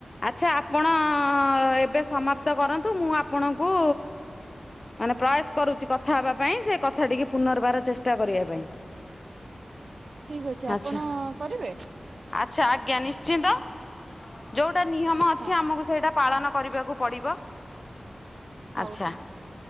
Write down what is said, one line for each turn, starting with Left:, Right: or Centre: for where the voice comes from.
Left: ଆଚ୍ଛା ଆପଣ ଏବେ ସମାପ୍ତ କରନ୍ତୁ ମୁଁ ଆପଣଙ୍କୁ ମାନେ ପ୍ରୟାସ କରୁଚି କଥା ହବା ପାଇଁ ସେ କଥାଟିକେ ପୁନର୍ବାର ଚେଷ୍ଟା କରିବା ପାଇଁ।
Right: ଠିକ ଅଛି ଆପଣ
Left: ଆଚ୍ଛା
Right: କରିବେ?
Left: ଆଚ୍ଛା ଆଜ୍ଞା ନିଶ୍ଚିନ୍ତ ଯୋଉଟା ନିୟମ ଅଛି
Right: ହଁ
Left: ଆମକୁ ସେଇଟା ପାଳନ କରିବାକୁ ପଡ଼ିବ।
Right: ହୋଉ
Left: ଆଚ୍ଛା
Right: ଠିକ୍ ଅଛି।